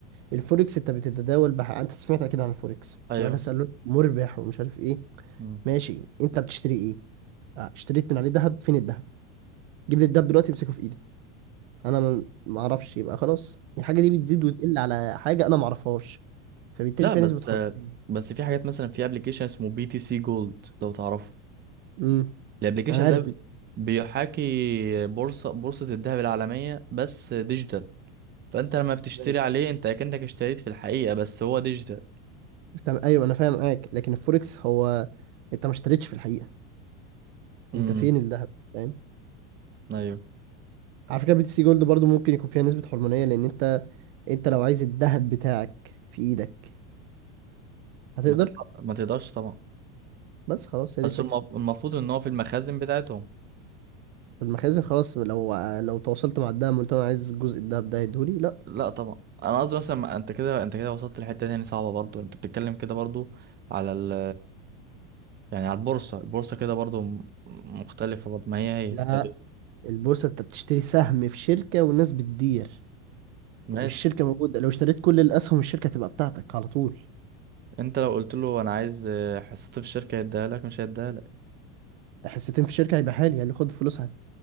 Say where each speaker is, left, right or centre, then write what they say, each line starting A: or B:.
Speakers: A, on the right; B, on the right.
A: الفوركس انت بتتداول بح... انت سمعت اكيد عن الفوركس
B: ايوه
A: ولا سالوك مربح ومش عارف ايه
B: مم.
A: ماشي انت بتشتري ايه آه، اشتريت من عليه ذهب فين الذهب جيب لي الذهب دلوقتي امسكه في ايدك انا ما ما اعرفش يبقى خلاص الحاجه دي بتزيد وتقل على حاجه انا ما اعرفهاش فبالتالي
B: لا
A: فيها
B: بس
A: نسبه حريه
B: بس في حاجات مثلا في ابلكيشن اسمه بي تي سي جولد لو تعرفه
A: امم
B: الابلكيشن
A: انا عارف
B: لا ده
A: بت-
B: بيحاكي بورصة بورصة الذهب العالمية بس ديجيتال فانت لما بتشتري
A: تمام
B: عليه انت اكنك اشتريت في الحقيقة بس هو ديجيتال
A: تمام. ايوه انا فاهم معاك لكن الفوركس هو انت ما اشتريتش في الحقيقه
B: امم
A: انت فين الذهب فاهم
B: ايوه
A: على فكره بي تي سي جولد برضو ممكن يكون فيها نسبه حرمانيه لان انت انت لو عايز الذهب بتاعك في ايدك هتقدر
B: ما تقدر- ما تقدرش طبعا
A: بس خلاص هي
B: بس
A: دي الفكره
B: المف- المفروض ان هو في المخازن بتاعتهم
A: في المخازن خلاص لو لو تواصلت مع الدهب قلت له انا عايز جزء الذهب ده هيديهولي لا
B: لا طبعا انا قصدي مثلا ما- انت كده انت كده وصلت لحتة تاني صعبة برضو انت بتتكلم كده برضو على ال يعني على البورصة البورصة كده برضو م- مختلفة برضو ما هي هي
A: لا
B: تقريبا
A: البورصه انت بتشتري سهم في شركه والناس بتدير
B: ماشي
A: والشركة موجودة لو اشتريت كل الأسهم الشركة تبقى بتاعتك على طول
B: انت لو قلت له انا عايز آه، حصتي في الشركه هيديها لك مش هيديها لك
A: حصتين في الشركة هيبقى حالي اللي خد فلوسها